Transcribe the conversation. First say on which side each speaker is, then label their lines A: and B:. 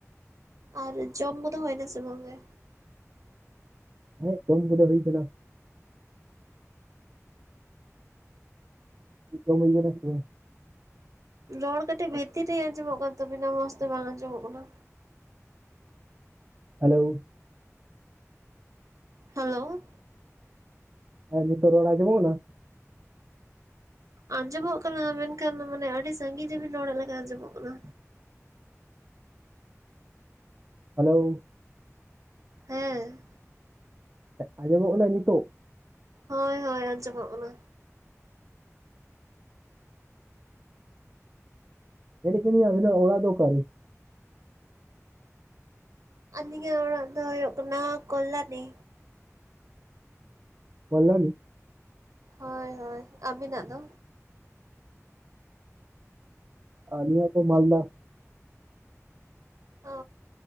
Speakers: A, on the right; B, on the right.
A: ᱟᱨ ᱡᱚᱢ ᱠᱚᱫᱚ ᱦᱩᱭᱱᱟ ᱥᱮ ᱵᱟᱝ ᱜᱮ
B: ᱦᱮᱸ ᱠᱟᱹᱢᱤ ᱠᱚᱫᱚ ᱦᱩᱭ ᱠᱟᱱᱟ ᱫᱚ ᱢᱟᱹᱭᱱᱟ ᱨ <inaudible>
A: ᱨᱚᱲ ᱠᱟᱹᱴᱤᱡ ᱵᱷᱤᱛᱤᱨ ᱨᱮ ᱟᱸᱡᱚᱢᱚᱜ ᱠᱟᱱ ᱛᱟᱵᱤᱱᱟ ᱢᱚᱸᱡᱽ ᱛᱮ ᱵᱟᱝ ᱟᱸᱡᱚᱢᱚᱜ ᱠᱟᱱᱟ
B: ᱦᱮᱞᱳ
A: ᱦᱮᱞᱳ
B: ᱦᱮᱸ ᱱᱤᱛᱚᱜ ᱨᱚᱲ ᱚᱸᱡᱚᱢᱚᱜ ᱠᱟᱱᱟ
A: ᱟᱸᱡᱚᱢᱚᱜ ᱠᱟᱱᱟ ᱢᱮᱱᱠᱷᱟᱱ ᱢᱟᱱᱮ ᱟᱹᱰᱤ ᱥᱟᱺᱜᱤᱧ ᱨᱮᱵᱤᱱ ᱨᱚᱲᱮᱫ ᱞᱮᱠᱟ ᱟᱸᱡᱚᱢᱚᱜ ᱠᱟᱱᱟ
B: ᱦᱮᱞᱳ
A: ᱦᱮᱸ
B: ᱟᱸᱡᱚᱢᱚᱜ ᱠᱟᱱᱟ ᱱᱤᱛᱚᱜ
A: ᱦᱳᱭ ᱦᱳᱭ ᱟᱸᱡᱚᱢᱚᱜ ᱠᱟᱱᱟ
B: ᱢᱮᱱᱮᱫ ᱛᱟᱦᱮᱸᱱᱟᱹᱧ ᱟᱵᱮᱱᱟᱜ ᱚᱲᱟᱜ ᱫᱚ ᱚᱠᱟᱨᱮ
A: ᱟᱹᱞᱤᱧᱟᱜ ᱚᱲᱟᱜ ᱫᱚ ᱦᱩᱭᱩᱜ ᱠᱟᱱᱟ ᱠᱚᱞᱞᱟᱱᱤ
B: ᱠᱚᱞᱞᱟᱱᱤ
A: ᱦᱳᱭ ᱦᱳᱭ ᱟᱵᱤᱱᱟᱜ ᱫᱚ
B: ᱟᱞᱤᱧᱟᱜ ᱫᱚ ᱢᱟᱞᱫᱟ
A: ᱚ